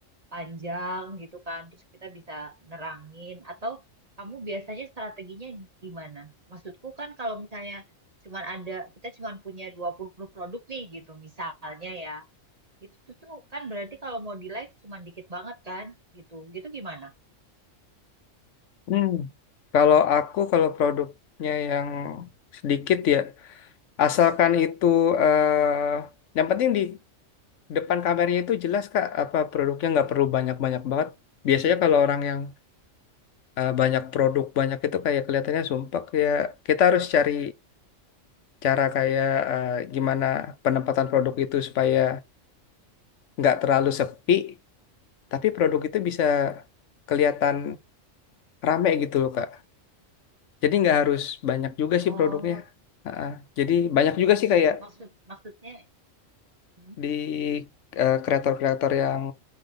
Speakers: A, on the right (about 35°); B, on the left (about 70°).
A: panjang gitu kan. Terus kita bisa nerangin atau kamu biasanya strateginya gimana? Maksudku kan kalau misalnya cuman ada kita cuman punya 20 produk nih gitu misalnya ya. Itu tuh kan berarti kalau mau di live cuman dikit banget kan gitu. Gitu gimana?
B: Hmm. Kalau aku kalau produknya yang sedikit ya Asalkan itu eh, yang penting di depan kameranya itu jelas Kak apa produknya nggak perlu banyak-banyak banget. Biasanya kalau orang yang eh, banyak produk banyak itu kayak kelihatannya sumpek ya kita harus cari cara kayak eh, gimana penempatan produk itu supaya nggak terlalu sepi tapi produk itu bisa kelihatan rame gitu loh Kak. Jadi nggak harus banyak juga
A: Oh,
B: sih produknya. Ha-ha. Jadi banyak juga sih kayak
A: Maksud maksudnya hmm?
B: di eh, kreator-kreator yang